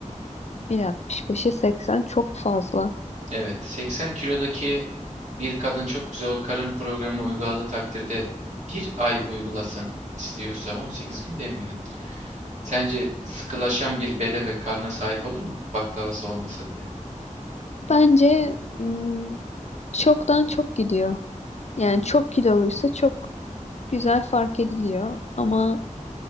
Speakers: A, on the left; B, on the right.
A: 1.65'e 80 çok fazla.
B: Evet, 80 kilodaki bir kadın çok güzel o karın programını uyguladığı takdirde bir ay uygulasın istiyorsa 18 gün demeyelim. Sence sıkılaşan bir bele ve karna sahip olur mu baklavası olmasa bile?
A: Bence ım, çoktan çok gidiyor. Yani çok kiloluysa çok güzel fark ediliyor. Ama